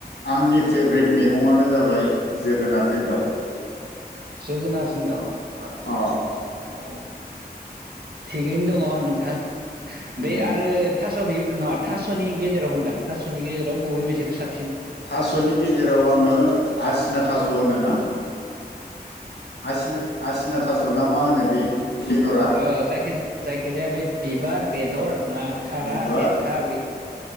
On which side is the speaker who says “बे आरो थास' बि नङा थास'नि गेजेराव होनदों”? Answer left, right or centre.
Right